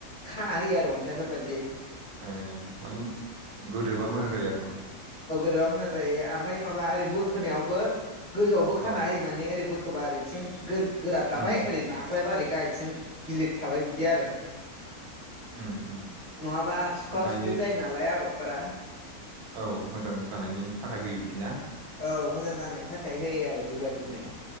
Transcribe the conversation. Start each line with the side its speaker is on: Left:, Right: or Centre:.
Left: खाना होयो आरो अन्थाइफोर बाददि
Right: ए मानिे गोदोबा मोजां जायो आरो
Left: ओमफाय ओरै बोखोनायावबो खान
Right: औ
Left: होयो माने ओरै बोख खोबा ओरैथिं गो गोरा थाबाय
Right: उम
Left: ओरै नाख ख्लायबा गाहायथिं गिलिर थाबाय बिदि आरो।
Right: उम उम
Left: नंङाबा सुख्ला
Right: ओमफाय
Left: सुख्लि जायो नालाय आगर। फोरा
Right: औ मोजां जानायनि थाखाय होयो बिद बिदिना?
Left: औ मोजां जानायनि थाखाय होयो आरो बेबादिनो।